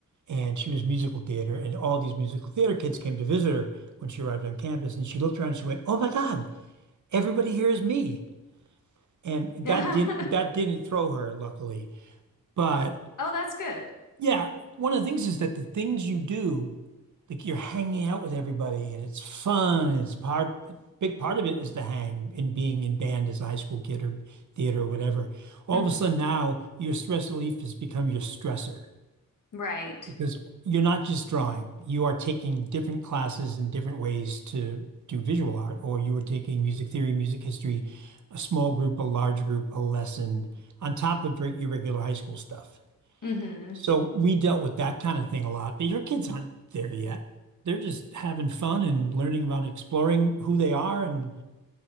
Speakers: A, on the right; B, on the left.
A: and she was musical theater, and all these musical theater kids came to visit her when she arrived on campus, and she looked around and she went, "Oh my God, everybody here is me." And
B: Yeah.
A: that didn't
B: <laughs>
A: that didn't throw her, luckily. But
B: Oh, that's good.
A: yeah, one of the things is that the things you do, like you're hanging out with everybody, and it's fun, and it's part big part of it is the hang and being in band as a high school kid or theater or whatever. All
B: hmm
A: of a sudden now your stress relief has become your stressor.
B: Right.
A: Because you're not just drawing, you are taking different classes and different ways to do visual art, or you are taking music theory, music history, a small group, a large group, a lesson, on top of your regular high school stuff.
B: hmm
A: So we dealt with that kind of thing a lot, but your kids aren't there yet. They're just having fun and learning about exploring who they are and